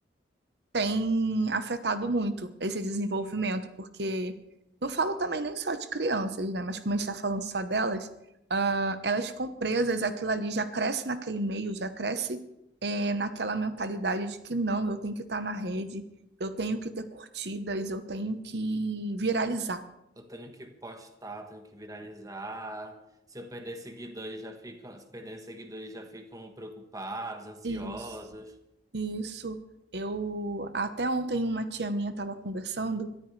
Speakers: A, on the right (about 65°); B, on the right (about 20°).
A: tem afetado muito esse desenvolvimento, porque não falo também nem só de crianças, né? Mas como a gente está falando só delas, ah, elas ficam presas, aquilo ali já cresce naquele meio, já cresce eh, naquela mentalidade de que não, eu tenho que estar na rede, eu tenho que ter curtidas, eu tenho que viralizar.
B: Eu tenho que postar, eu tenho que viralizar. Se eu perder seguidores, já ficam, se perderem seguidores, já ficam preocupados, ansiosos.
A: Isso. Isso, eu até ontem uma tia minha estava conversando